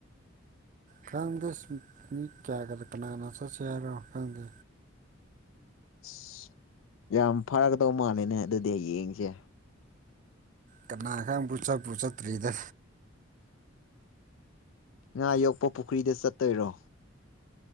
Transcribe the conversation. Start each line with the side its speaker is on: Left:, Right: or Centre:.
Right: ꯈꯪꯗꯦ ꯁ ꯃꯤ ꯀꯌꯥꯒꯗ ꯀꯅꯥꯅ ꯆꯠꯁꯦ ꯍꯥꯏꯔꯣ ꯈꯪꯗꯦ
Left: ꯑꯁ ꯌꯥꯝ ꯐꯔꯛꯀꯗꯧ ꯃꯥꯜꯂꯦꯅꯦ ꯑꯗꯨꯗꯤ ꯍꯌꯦꯡꯁꯦ
Right: ꯀꯅꯥꯒꯪꯕꯨ ꯆꯠꯄ ꯆꯠꯇ꯭ꯔꯤꯗ
Left: ꯉꯥ ꯌꯣꯛꯄ ꯄꯨꯈ꯭ꯔꯤꯗ ꯆꯠꯇꯣꯏꯔꯣ